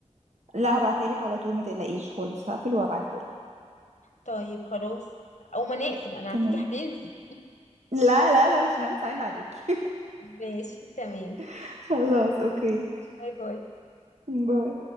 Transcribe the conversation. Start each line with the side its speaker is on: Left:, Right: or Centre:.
Right: لا هبعتها لك على طول ما تقلقيش خالص هقفل وهبعتها لك
Left: طيب خلاص أول ما نقفل أنا على
Right: تمام
Left: فكرة هتنسي
Right: لا لا لا مش هنسى عيب عليكي
Left: ماشي تمام
Right: <laughs> خلاص اوكي
Left: باي باي
Right: باي